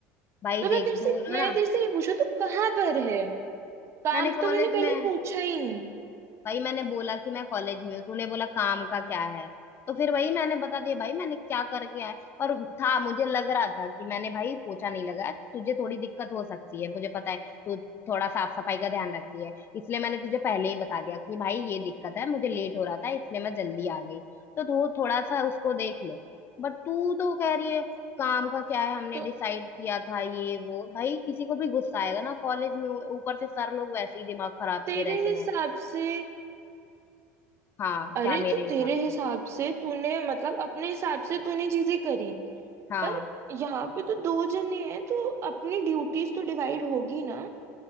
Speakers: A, on the left; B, on the right.
A: भाई
B: तो मैं
A: देख
B: तेरे से
A: दोनों
B: मैं
A: ना
B: तेरे से ये पूछा तू कहाँ पर है काम
A: मैंने कॉलेज
B: तो मैंने पहले
A: में
B: पूछा ही नहीं
A: भाई मैंने बोला कि मैं कॉलेज में हूँ तूने बोला काम का क्या है तो फिर वही मैंने बता दिया भाई मैंने क्या करके आया और था मुझे लग रहा था कि मैंने भाई पोछा नहीं लगाया तुझे थोड़ी दिक्कत हो सकती है मुझे पता है तू थोड़ा साफ सफाई का ध्यान रखती है इसलिए मैंने तुझे पहले ही बता दिया कि भाई ये दिक्कत है मुझे लेट हो रहा था इसलिए मैं जल्दी आ गई तो थो, थोड़ा सा उसको देख ले बट तू तो कह रही है काम का क्या है हमने
B: तो
A: डिसाइड किया था ये वो भाई किसी को भी गुस्सा आएगा ना कॉलेज में ऊपर से सर लोग वैसे ही दिमाग खराब
B: तेरे
A: किए रहते
B: हिसाब
A: हैं
B: से
A: हाँ
B: अरे
A: क्या मेरे
B: तो
A: हिसाब
B: तेरे
A: से
B: हिसाब से तूने मतलब अपने हिसाब से तूने चीजें करी
A: हाँ
B: पर यहाँ पे तो दो जने हैं तो अपनी ड्यूटीज तो डिवाइड होगी ना